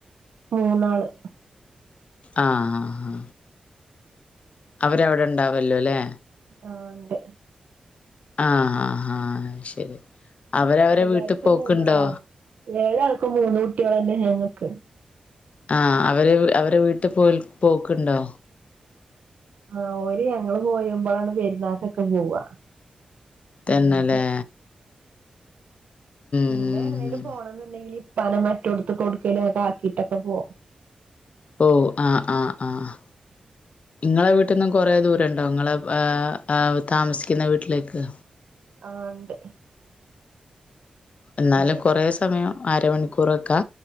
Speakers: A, on the right; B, on the left.
A: മൂന്നാള്
B: ആഹ് അവര് അവിടെ ഇണ്ടാവല്ലോല്ലേ
A: ആഹ് ഇണ്ട്
B: ആഹ് ഹാ അയ് ശരി അവര് അവരെ
A: എല്ലാർക്കും
B: വീട്ട് പോക്ക്ണ്ടോ
A: മൂന്നാളാ ഏഴാൾക്കും മൂന്ന് കുട്ടിയളന്നെ ഞങ്ങക്ക്
B: ആഹ് അവര് അവരെ വീട്ട് പോൽ പോക്ക്ണ്ടോ
A: ആഹ് ഓര് ഞങ്ങള് പോയെമ്പളാണ് പെരുന്നാക്കൊക്കെ പോവാ പിന്നെ
B: തന്നല്ലേ
A: പിന്നെ
B: ഉം
A: എന്നേലും
B: ഉം
A: പോണന്നുണ്ടെങ്കില് ഇപ്പാനെ മന്റോട്ത്ത്ക്ക് എവുട്ക്കേലൊക്കെ ആക്കിട്ടൊക്കെ പോവും
B: പോവും ആഹ് ആഹ് ആഹ് ഇങ്ങളെ വീട്ട്ന്നും കൊറെ ദൂരൊണ്ടോ നിങ്ങളെ ഏഹ് ആഹ് വു താമസിക്കുന്ന വീട്ടിലേക്ക്
A: ആഹ് ഇണ്ട്
B: എന്നാലും
A: ഇതേപോ
B: കൊറെ സമയം അരമണിക്കൂറൊക്കാ